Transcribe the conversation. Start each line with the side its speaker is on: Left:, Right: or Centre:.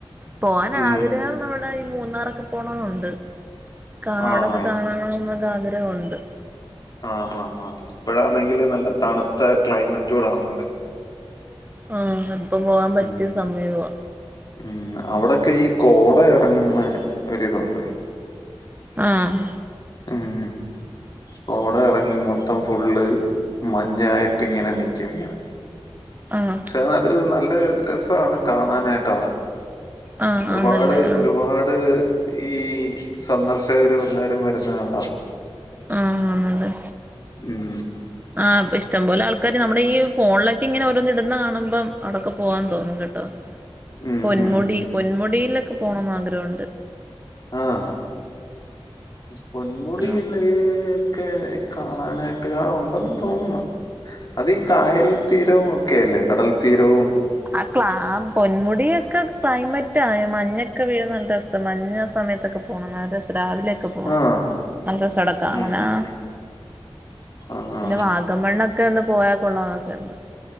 Right: പോവാൻ
Left: ഉം
Right: ആഗ്രഹം നമ്മ ഇടെ ഈ മൂന്നാറൊക്കെ പോണന്നുണ്ട് കാണ
Left: ആഹ്
Right: അവിടെക്കെ കാണണോ എന്നൊക്കെ ആഗ്രഹമുണ്ട്
Left: ആഹ് ആഹ് ആഹ് ഇപ്പഴാണെങ്കില് നല്ല തണുത്ത ക്ലൈമറ്റ് കൂട ആണല്ലോ
Right: ആഹ് അപ്പ പോവാൻ പറ്റിയ
Left: ഉം
Right: സമയവാ
Left: ഉം അവിടൊക്കെ ഈ കോട ഇറങ്ങുന്ന ഒരിതുണ്ട്
Right: ആഹ്
Left: ഉം കോട എറങ്ങി മൊത്തം ഫുള്ള് മഞ്ഞായിട്ട് ഇങ്ങനെ നിക്കും ഇങ്ങനെ
Right: ആഹ്
Left: പക്ഷെത് നല്ല നല്ല രസമാണ് കാണാനായിട്ട് അവിടെ
Right: ആഹ്
Left: ഒരുപാട്
Right: ആന്നല്ലേ ആഹ്
Left: ഒരുപാട് ഈ സന്ദർശകരും എല്ലാരും വരുന്ന അവിടാ
Right: ആഹ് ആന്നല്ലേ
Left: ഉം
Right: ആഹ് ഇഷ്ടംപോലെ ആൾക്കാര് നമ്മുടെ ഈ ഫോണിലക്കെ ഇങ്ങനെ ഓരോന്ന് ഇടുന്നേ കാണുമ്പം അവിടക്കെ പോവാൻ തോന്നും കേട്ടോ
Left: ഉം
Right: പൊന്മുടി
Left: ഉം ഉം
Right: പൊന്മുടിയിലൊക്കെ
Left: ഉം
Right: പോണംന്ന് ആഗ്രഹുണ്ട്
Left: ആഹ് പൊന്മുടി പിന്നേക്കെ
Right: ഉം
Left: കാണാനായിട്ട് ആഹ് ഉണ്ടെന്ന് തോന്നുന്നു അതി കായൽ തീരവും ഒക്കെല്ലേ കടൽത്തീരവും
Right: ആഹ് ക്ലാ ആഹ് പൊന്മുടിയൊക്കെ ക്ലൈമറ്റ മഞ്ഞൊക്കെ വീഴുന്ന നല്ല രസം മഞ്ഞ സമയത്തൊക്കെ പോണം നല്ല രസ രാവിലൊക്കെ പോണം
Left: ആഹ്
Right: നല്ല രസോട കാണാനാ
Left: ഉം ഉം ഉം ആഹ്
Right: പിന്നെ വാഗമണ്ണൊക്കെ ഒന്ന് പോയാൽ കൊള്ളാം എന്നൊക്കെയുണ്ട്